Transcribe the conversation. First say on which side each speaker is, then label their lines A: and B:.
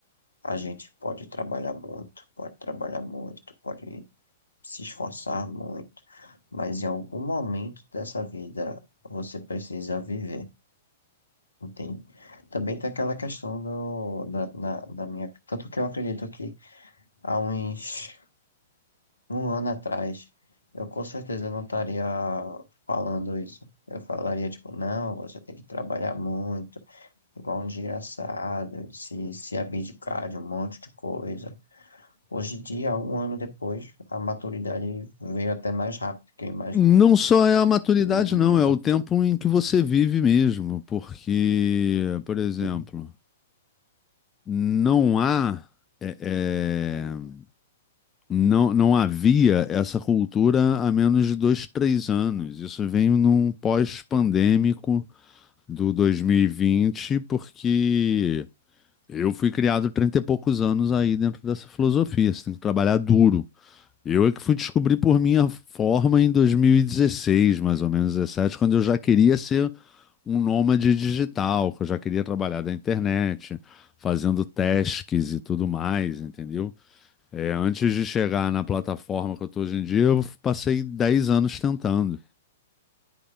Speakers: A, on the left (about 75°); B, on the left (about 15°).
A: a gente pode trabalhar muito, pode trabalhar muito, pode se esforçar muito, mas em algum momento dessa vida você precisa viver, entende? Também tem aquela questão do, da, da, da minha. Tanto que eu acredito que há uns um ano atrás eu com certeza não estaria falando isso. Eu falaria, tipo, não, você tem que trabalhar muito, igual um desgraçado, se, se abdicar de um monte de coisa. Hoje em dia, um ano depois, a maturidade veio até mais rápido que eu imaginei.
B: Não só é a maturidade,
A: E
B: não,
A: eu
B: é
A: consigo.
B: o tempo em que você vive mesmo, porque, por exemplo,
A: Sim,
B: não há, é, é, não, não havia essa cultura há menos de dois, três anos. Isso vem num pós-pandêmico do 2020, porque eu fui criado 30 e poucos anos aí dentro dessa filosofia. Você tem que trabalhar duro. Eu é que fui descobrir por minha forma em 2016, mais ou menos 17, quando eu já queria ser um nômade digital, que eu já queria trabalhar da internet, fazendo tasks e tudo mais, entendeu? É, antes de chegar na plataforma que eu tô hoje em dia, eu passei 10 anos tentando.